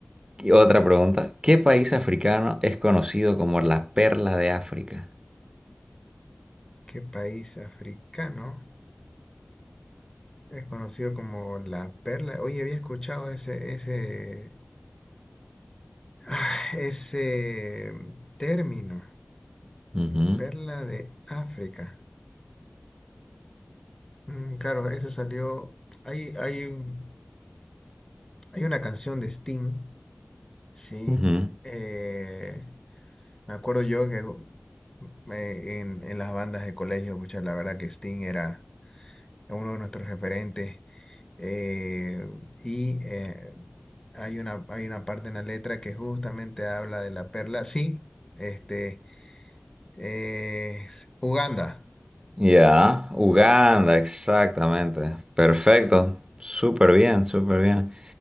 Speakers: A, on the right; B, on the left.
A: Y otra pregunta, ¿qué país africano es conocido como la perla de África?
B: ¿Qué país africano? Es conocido como la perla. Oye, había escuchado ese, ese, ah, ese término,
A: Ujú,
B: eh, perla de África. Mm, claro, ese salió. Hay, hay, un- hay una canción de Sting, sí.
A: ujú.
B: eh, me acuerdo yo que mm, eh, en, en las bandas de colegio, pucha, la verdad que Sting era uno de nuestros referentes. eh, y eh, hay una, hay una parte en la letra que justamente habla de la perla. Sí, este, es Uganda.
A: Ya, Uganda, exactamente. Perfecto, súper bien, súper bien.